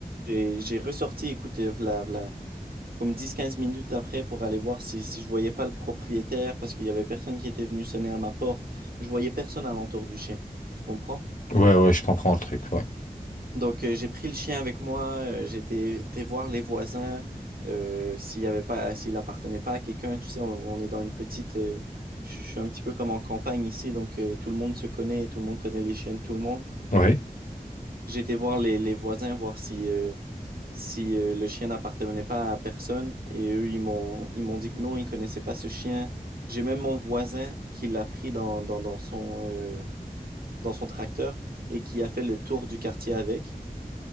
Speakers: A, on the right; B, on the left.
A: Et j'ai ressorti, écoute, euh, v'là, comme dix quinze minutes après pour aller voir si, si je voyais pas le propriétaire parce qu'il y avait personne qui était venu sonner à ma porte. Je voyais personne à l'entour du chien. Tu comprends?
B: Ouais, ouais, je comprends le truc, ouais.
A: Donc euh, j'ai pris le chien avec moi, euh, j'étais été voir les voisins euh, s'il y avait pas s'il appartenait pas à quelqu'un, tu sais on, on est dans une petite euh, je je suis un petit peu comme en campagne ici donc euh, tout le monde se connaît, tout le monde connaît les chiens de tout le monde.
B: Ouais.
A: J'ai été voir les, les voisins voir si euh, si euh, le chien n'appartenait pas à personne et eux ils m'ont ils m'ont dit que non, ils connaissaient pas ce chien. J'ai même mon voisin qui l'a pris dans, dans, dans son euh, dans son tracteur et qui a fait le tour du quartier avec.